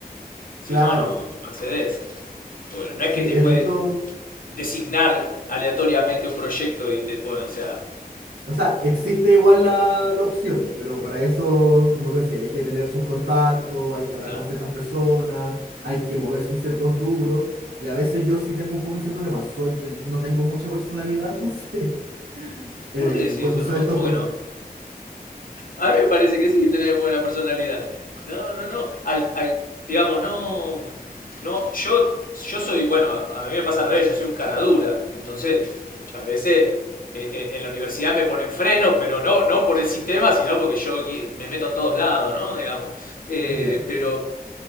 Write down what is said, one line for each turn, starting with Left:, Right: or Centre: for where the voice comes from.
Left: Si
Right: claro.
Left: no, no, no accedes. Bueno, no es
Right: Sí,
Left: que te
Right: he
Left: pueden
Right: visto,
Left: designar aleatoriamente un proyecto y te ponen, o sea,
Right: O sea, existe igual la, la opción, pero para eso, como tú decías, hay que tener sus contactos, hay que hablar
Left: claro.
Right: con ciertas personas, hay que moverse en ciertos rubros. Y a veces yo sí tengo un poco ese problema. Soy, ten- no tengo mucha personalidad, entonces, <laughs> eh,
Left: ¿Por qué decís
Right: cuando
Left: eso?
Right: soy
Left: No,
Right: de estos
Left: ¿cómo
Right: con...
Left: que no? A mí me parece que sí, tenés buena personalidad. No, no, no. Al- al- digamos, no. No, yo, yo soy, bueno, a mí me pasa al revés, yo soy un cara dura. Entonces, muchas veces eh, eh, en la universidad me ponen frenos, pero no, no por el sistema, sino porque yo qui- me meto en todos lados, ¿no? Digamos. Eh,
Right: Ya,
Left: pero,